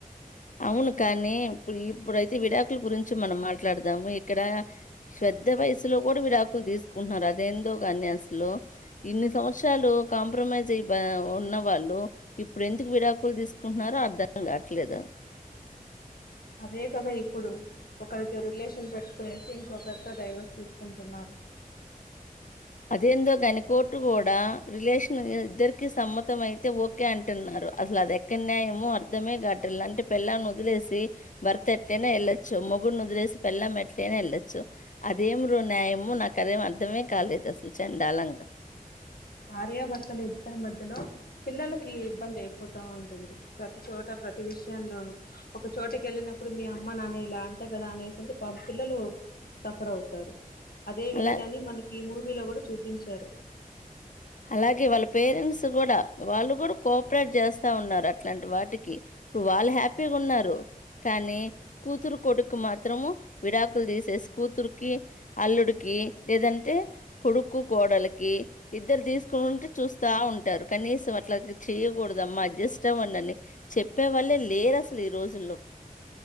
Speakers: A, on the left; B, on the left.
A: అవును. కానీ ఇప్పుడు ఇప్పుడయితే విడాకుల గురించి మనం మాట్లాడదాము ఇక్కడ శ్రద్ధ వయసులో కూడా విడాకులు తీసుకుంటున్నారు అదేందో గాని అసలు ఇన్ని సంవత్సరాలు కాంప్రమైజ్ అయి ఉన్న వాళ్ళు ఇప్పుడు ఎందుకు విడాకులు తీసుకుంటున్నారో అర్థం కావట్లేదు
B: అదే కదా ఇప్పుడు ఒకరితో రిలేషన్ పెట్టుకునేసి ఇంకొకరితో డైవర్స్ తీసుకుంటున్నారు
A: అదే అందో కనక ఇటు కూడా రిలేషన్ ఇద్దరికి సమ్మతం అయితే ఓకే అంటున్నారు అసలు అది ఎక్కడ న్యాయముో అర్థమే ట్టాల అంటే పెళ్ల్లాని వదిలేసి భర్త ఎట్లయినా వెళ్ళొచ్చు మొగుడిని వదిలేసి పెళ్లం ఎట్లైనా వెళ్ళొచ్చు అదే రో న్యాయమో నాకు అదేం అర్థమే కాలేదు సలు చెండాలంగా
B: భార్యాభర్తలు ఇద్దరి మధ్యలో పిల్లలకి ఇబ్బంది అయిపోతా ఉంటుంది ప్రతి చోట ప్రతి విషయంలోనూ ఒక చోటకి వెళ్ళినప్పుడు మీ అమ్మ నాన్న ఇలా అంటా కదా అనేసింటే పిల్లలు సఫర్ అవుతారు అదే
A: అలా
B: విషయాన్ని మనకి మూడు మీలో కూడా చూపించారు
A: అలాగే వాళ్ళ పేరెంట్స్ కూడా వాళ్ళు కూడా కోఆపరేట్ చేస్తా ఉన్నారు అట్లాంటి వాటికి ఇప్పుడు వాళ్ళు హ్యాపీగా ఉన్నారు కానీ కూతురు కొడుకు మాత్రము విడాకులు తీసి శస్ కూతురుకి అల్లుడుకి లేదంటే కొడుకు కోడలకి ఇద్దరు తీసుకునింటే చూస్తా ఉంటారు కనీసం అట్లా చేయకూడద అమ్మా అడ్జస్ట్ అవ్వండి అని చెప్పే వాళ్ళే లేరు అసలు ఈ రోజుల్లో